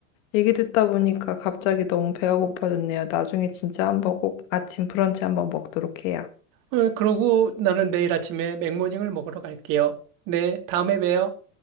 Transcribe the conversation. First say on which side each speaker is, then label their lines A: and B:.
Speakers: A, on the left; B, on the right.
A: 얘기 듣다 보니까 갑자기 너무 배가 고파졌네요. 나중에 진짜 한번 꼭 아침 브런치 한번 먹도록 해요.
B: 어, 그러고 나는 내일 아침에 맥모닝을 먹으러 갈게요. 네, 다음에 봬요.